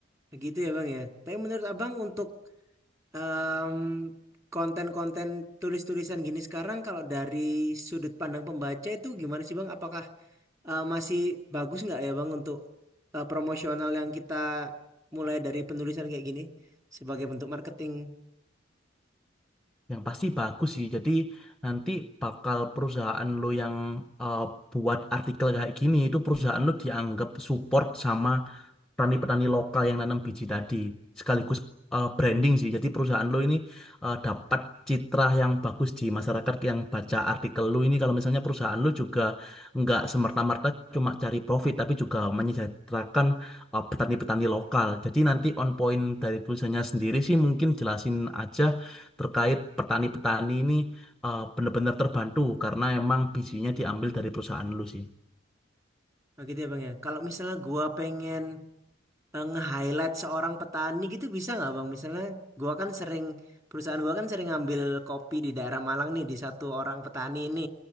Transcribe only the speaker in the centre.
Yang pasti bagus sih. Jadi nanti bakal perusahaan lu yang uh, buat artikel kayak gini itu perusahaan lu dianggap support sama petani-petani lokal yang nanam biji tadi sekaligus eh, branding sih. Jadi perusahaan lo ini eh, dapat citra yang bagus di masyarakat yang baca artikel lo ini. Kalau misalnya perusahaan lo juga nggak semerta-merta cuma cari profit, tapi juga menyejahterakan eh, petani-petani lokal. Jadi nanti on point dari tulisannya sendiri sih mungkin jelasin aja terkait petani-petani ini eh, benar-benar terbantu karena emang bijinya diambil dari perusahaan lo sih.